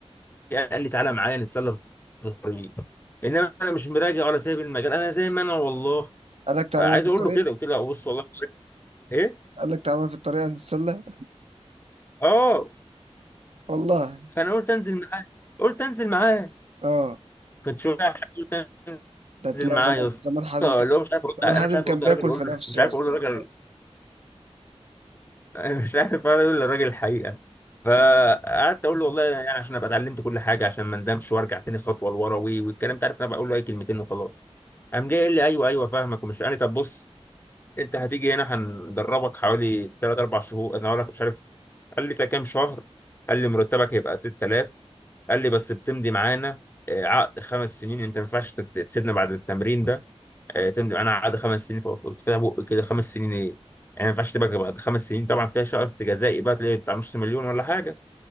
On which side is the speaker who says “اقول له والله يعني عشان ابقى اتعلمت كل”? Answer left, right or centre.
Left